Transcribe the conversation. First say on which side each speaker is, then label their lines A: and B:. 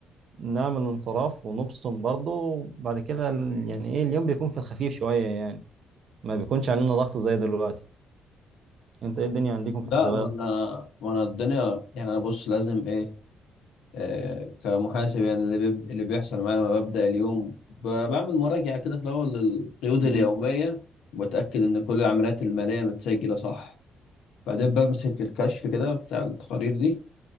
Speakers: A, on the right; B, on the left.
A: نعمل انصراف ونبصم برضه وبعد كده ال- يعني ايه اليوم بيكون في الخفيف شويه يعني ما بيكونش علينا ضغط زي دلوقتي انت ايه الدنيا عندكم في
B: لا
A: الحسابات
B: ما انا ما انا الدنيا يعني انا بص لازم ايه آه، كمحاسب يعني اللي بيب... اللي بيحصل معايا لما ببدأ اليوم ب... بعمل مراجعة كده في الأول للقيود
A: امم
B: اليومية وبتأكد إن كل العمليات المالية متسجلة صح بعدين بمسك الكشف كده بتاع التقارير دي